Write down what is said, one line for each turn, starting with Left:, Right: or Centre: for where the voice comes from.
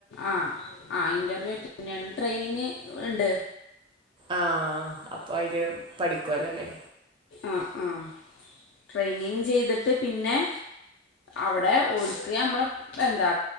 Left: ആഹ് ആഹ് ഇന്റർവ്യൂ അറ്റൻഡ് ചെയ്യണം ട്രെയിനിങ് ഇണ്ട്
Right: ആഹ് അപ്പോ അയില് പഠിക്കുവല്ലോലേ
Left: ആഹ് ആഹ് ട്രെയിനിങ് ചെയ്തിട്ട് പിന്നെ അവടെ ഓല്ക്ക് ഞമ്മളെ എന്താ